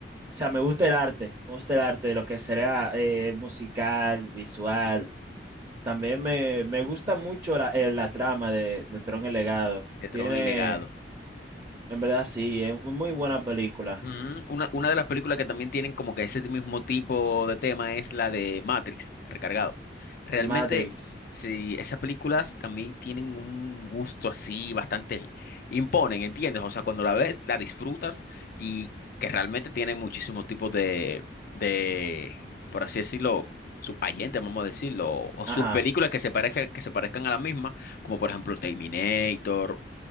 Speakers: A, on the right; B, on the left.
A: o sea, me gusta el arte, me gusta el arte, lo que será eh, musical, visual. También me, me gusta mucho la, eh, la trama de, de Tron el Legado.
B: de Tron
A: Tiene,
B: el Legado.
A: en verdad sí, es muy buena película.
B: Mm, una, una de las películas que también tienen como que ese mismo tipo de tema es la de Matrix, recargado. Realmente,
A: Matrix.
B: sí, esas películas también tienen un gusto así bastante, imponen, ¿entiendes? O sea, cuando la ves, la disfrutas y que realmente tienen muchísimos tipos de, de, por así decirlo, subayentes, vamos a decirlo, o
A: Ajá.
B: subpelículas que se parezcan, que se parezcan a la misma, como por ejemplo Terminator,